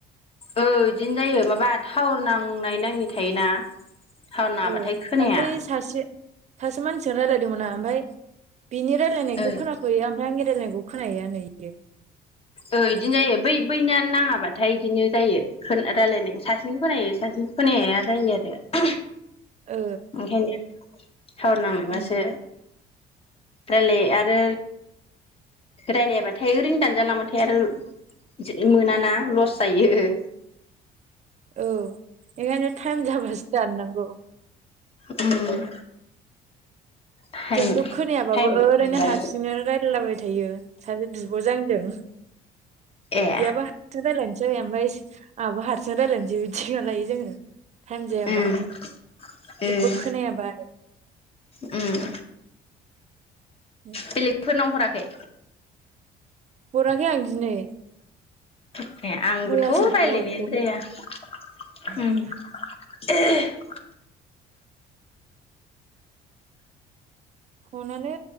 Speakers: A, on the left; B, on the right.
A: औ बिदिनो जायो माबा टाववार नांनाय नाङै थायोना थावआर नाङाबाथाय
B: ओ
A: खोनाया।
B: दाख्लै सासे सासे मानसिजों रायलायदोंमोन आं ओमफाय बिनि रायजलायनायखौ
A: ओ
B: खो फैया ओमफाय आंनि रायलायनायखौ खोनाहैयानो इयो।
A: ओ इदिनो जायो बै बैनि नाङाबाथाय बिदिनो जायो रायलायनाय सासेनिखौ खोनायो सासेनि खोनाहैया जायो आरो
B: ओ
A: ओंखायनो टावार नांनायबासो
B: उम
A: रायलायो आरो रायलायाबाथाय ओरैनो दानजालांबा <unintelligible> मोनाना लस जायो।
B: औ ओंखायनो टाइम जाबासो दाननांगौ।
A: उम टाइम
B: जोंथ' खोनायाबाबो
A: टाइम बाय
B: ओरैनो
A: टाइम रायलाय
B: हारसिंनो रायज्लायलाबाय थायो सासे बिब'जों आजों।
A: ए
B: इयाबा हारसिं रायलायनोसै ओमफाय आंहाबो हारसिं राय्लायनोसै बिदिसो खालायो जोङो। टाइम जायाबा
A: उम उम
B: जेबो खोनायाबा आरो
A: उम।
B: उम।
A: बेलेगफोरनाव हराखै?
B: हराखै आं दिनै।
A: ए
B: मैयासो
A: आंबोथ'
B: हरदोंमोन
A: रायलायनायानो जाया
B: उम
A: ओम
B: फनानो